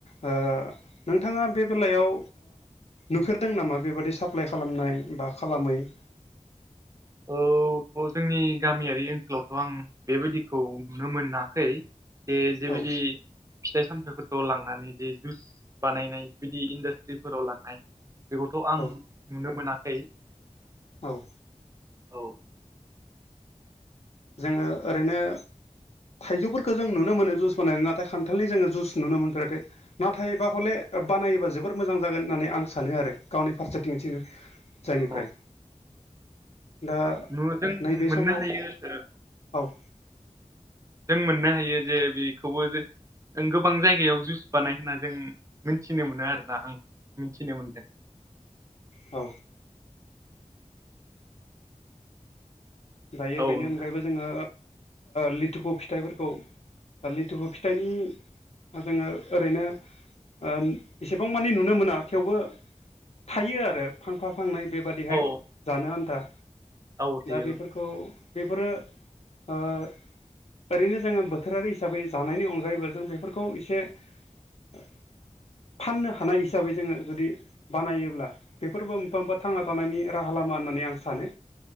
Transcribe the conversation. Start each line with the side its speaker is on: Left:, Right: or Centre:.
Left: ओ नोंथाङा बे बेलायाव नुफेरदों नामा बेबादि साप्लाइ खालामनाय बा खालामैनो
Right: औ। थ' जोंनि गामियारि ओनसोलावथ' आं बेबादिखौ नुनो मोनाखै बे जेबादि
Left: औ
Right: फिथाइ सामथाइफोरखौ लांनानै जे जुस बानायनाय बिदि इन्डास्ट्रिफोराव लांनाय बेखौथ' आं
Left: औ
Right: नुनो मोनाखै।
Left: औ।
Right: औ।
Left: जोङो ओरैनो ओ थाइजौफोरखौ जों नुनो मोनो जुस बानायनानै नाथाय खानथालनि जोङो जुस नुनो मोनफेराखैनो नाथायबा हले बानायोबा जोबोर मोजां जागोन होननानै आं सानो आरो गावनि फारसेथिंनोसो जायनिफ्राय
Right: औ
Left: दा
Right: नु जों
Left: नैबे समाव
Right: <unintelligible>
Left: औ।
Right: जों मोननो हायो जे बेखौबो जों गोबां जायगायाव जुस बानाय होनना जों मिथिनो मोनो आरोना आं मिथिनो मोनदों
Left: औ। दायो
Right: औ
Left: बेनि
Right: नोंथां
Left: अनगायैबो जोङो लिथुखु फिथाइफोरखौ दा लिथुखौ फिथाइनि जोङो ओरैनोओ एसेबां मानि नुनो मोना थेवबो थायो आरो। फांफा फांनै बेबादिहाय
Right: औ
Left: जानो आनथा
Right: औ थायो
Left: दा बेफोरो खौ बेफोरो आंओ ओरैनो जोङो बोथोरारि हिसाबै जानायनि अनगायैबो जों बेफोरखौ एसेसो फाननो हानाय हिसाबै जोङो जुदियो बानायोब्ला बेफोरबो मोनफा मोनफा थांना थानायनि राहा लामा होननानै आं सानो।